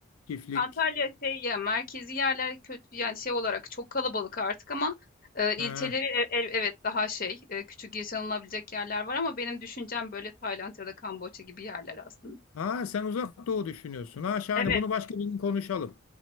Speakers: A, on the left; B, on the left.
A: çiftlik.
B: Antalya şey ya merkezi yerler kötü yani şey olarak çok kalabalık artık ama e, ilçeleri
A: E,
B: e- e- evet daha şey e, küçük yaşanılabilecek yerler var ama benim düşüncem böyle Tayland ya da Kamboçya gibi yerler aslında.
A: aa sen uzak doğu düşünüyorsun. Ha şahane
B: Evet
A: bunu başka bir gün konuşalım.